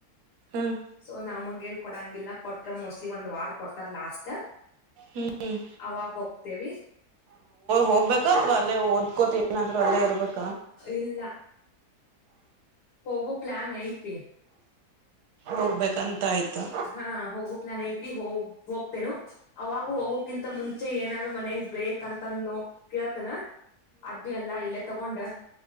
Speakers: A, on the right; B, on the left.
A: ಹ್ಮ್
B: ಸೊ -ನಮಗ ಏನ್ ಕೊಡಂಗಿಲ್ಲ ಕೊಟ್ಟಕ ಮೋಸ್ಟ್ಲಿ ಒಂದ್ ವಾರ ಕೊಡ್ತಾರ ಲಾಸ್ಟ್.
A: ಹ್ಮ್
B: ಅವಾಗ ಹೋಗ್ತೇವಿ
A: <inaudible> ಹೋಗ್ಬೇಕತ್ವಾ ಅಲ್ಲೇ ಕ್ಕೋತ್ ಏನಾದ್ ಅ ಇರಬೇಕು.
B: ಇಲ್ಲ ಹೋಗೋ ಪ್ಲಾನ್ ಐತೆ.
A: ಹೋಗ್ಬೇಕಂತ ಆಯ್ತು
B: ಹಾ- ಹೋಗು ಪ್ಲಾನ್ ಐತಿ ಹೋಗ. ಹೋಗ್ತೇನು ಅವಾಗ ಹೋಗೋಕಿಂತ ಮುಂಚೆ ಏನಾದ್ರು ಮನೆಗ್ ಬೇಕಕ್ ಅಂತಂದ ನೋ ಕೇಳ್ತೇನಾ. ಅದು ಎಲ್ಲಾ ಇಲ್ಲೇ ತಗೊಂಡ.